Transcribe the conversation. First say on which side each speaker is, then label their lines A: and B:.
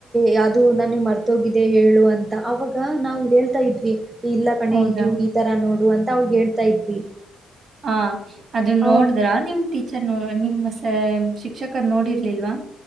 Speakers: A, on the right; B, on the right.
A: ಯಾವ್ದದು ನನ್ಗ್ ಮರ್ತೋಗಿದೆ ಹೇಳು ಅಂತ ಅವಾಗ ನಾವು ಹೇಳ್ತಾ ಇದ್ವಿ ಇಲ್ಲ ಕಣೆ
B: ಹೌದಾ
A: ಇದು ಈ ತರ ನೋಡ ಅಂತ ಅವಳ್ಗ್ ಹೇಳ್ತಾ ಇದ್ವಿ
B: ಹ ಅದ ನೋಡಿದ್ರ
A: ಅವಾಗ
B: ನಿಮ ಸರ್ ನೋ ನಿಮ್ಮಸ ಶಿಕ್ಷಕರು ನೋಡಿರ್ಲಿಲ್ವಾ